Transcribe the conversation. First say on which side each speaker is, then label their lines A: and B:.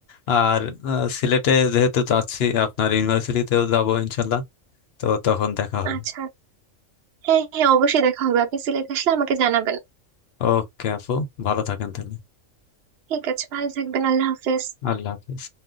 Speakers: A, on the left; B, on the right.
A: আর আহ, সিলেটে যেহেতু যাচ্ছি আপনার ইউনিভার্সিটিতেও যাবো ইনশাল্লাহ তো তখন দেখা হবে
B: আচ্ছা হ্যাঁ হ্যাঁ অবশ্যই দেখা হবে আপনি সিলেট আসলে আমাকে জানাবেন
A: ওকে আপু ভালো থাকেন তাহলে
B: ঠিক আছে ভালো থাকবেন আল্লাহ হাফেজ
A: আল্লাহ হাফিজ